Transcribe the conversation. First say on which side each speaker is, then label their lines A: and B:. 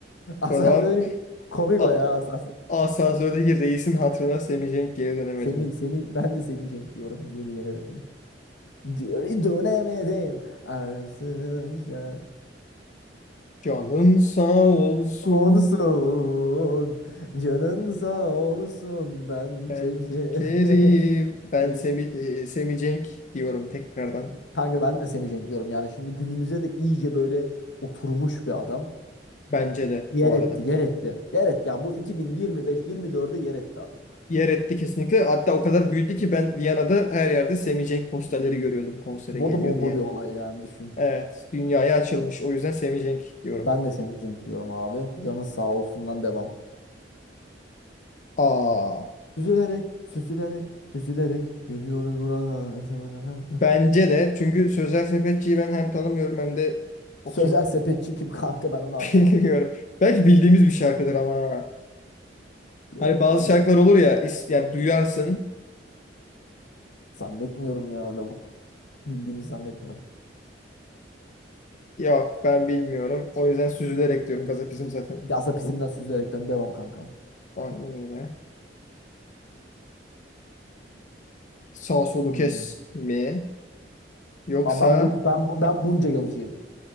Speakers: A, on the left; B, on the left.
A: Asansör
B: O zaman
A: dedim, komik
B: a-
A: o ya asansör.
B: asansördeki reisin hatırına Semih Cenk geri dönemedim.
A: Semih, Semih, ben de Semih Cenk diyorum. Geri dönemedim. Geri dönemedim. Arsızca
B: Canın sağ olsun.
A: olsun. Canın sağ olsun. Ben
B: Ben
A: çekerim.
B: Kerim.
A: <laughs>
B: Ben
A: Peki.
B: Semih, e, Semih Cenk diyorum tekrardan.
A: Kanka ben de Semih Cenk diyorum. Yani şimdi günümüze de iyice böyle oturmuş bir adam.
B: Bence de
A: Yer
B: bu
A: etti,
B: arada.
A: yer etti. Yer etti. Yani bu 2025-24'e yer etti adam.
B: Yer etti kesinlikle. Hatta o kadar büyüdü ki ben Viyana'da her yerde Semih Cenk posterleri görüyordum konsere
A: Bu
B: geliyor
A: da bomba
B: diye.
A: bir olay yani düşün.
B: Evet, dünyaya açılmış. O yüzden Semih Cenk diyorum.
A: Ben de Semih Cenk diyorum abi. Canın sağ olsundan devam.
B: Aa,
A: Süzülerek, süzülerek, süzülerek geliyoruz buradan.
B: bence de çünkü Sözel Sepetçi'yi ben hem tanımıyorum hem de o
A: Sözel
B: kim
A: sepetçi kim kanka ben onu anlamadım.
B: <laughs> bilmiyorum. Belki bildiğimiz bir şarkıdır ama.
A: Yok
B: Hani bazı
A: zannet,
B: şarkılar olur ya, is- yani duyarsın.
A: zannetmiyorum ya lavuk. Bildiğimi zannetmiyorum.
B: Yok ben bilmiyorum. O yüzden süzülerek diyorum. Gazapizm zaten
A: Gazapizmden
B: çok
A: süzülerekten devam kankam.
B: aynen öyle. Sağ solu
A: Hmm.
B: kes mi? Yoksa
A: Aa, Ben, bu, ben, bu, ben bunca yılcıyım.